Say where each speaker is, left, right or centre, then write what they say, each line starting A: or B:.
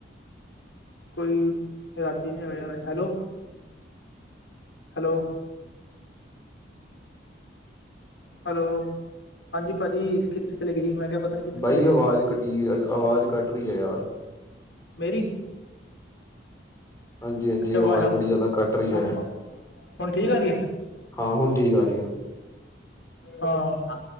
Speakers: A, on the left; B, on the left.
A: ਕੋਈ, ਰਾਜੀ ਨਹੀਂ ਆ ਹੈਲੋ ਹੈਲੋ, ਹੈਲੋ ਹਾਂਜੀ ਭਾਜੀ ਕਿੱਥੇ ਚਲੇ ਗਏ ਸੀ ਮੈਂ ਕਿਹਾ ਪਤਾ ਨੀ, ਕਿੱਥੇ
B: ਬਾਈ
A: ਚਲੇ ਗਏ
B: ਆਵਾਜ਼ ਕਟੀ ਆਵਾਜ਼ ਕੱਟ ਰਹੀ ਹੈ ਯਾਰ
A: ਮੇਰੀ,
B: ਹਾਂਜੀ ਹਾਂਜੀ
A: ਅੱਛਾ
B: ਆਵਾਜ਼
A: ਵਾਹ
B: ਬੜੀ ਜ਼ਿਆਦਾ ਕੱਟ ਰਹੀ
A: ਹੁਣ
B: ਹੈ
A: ਹੁਣ ਠੀਕ ਆ ਰਹੀ ਹੈ
B: ਹਾਂ ਹੁਣ ਠੀਕ ਆ ਰਹੀ ਆ
A: ਹਾਂ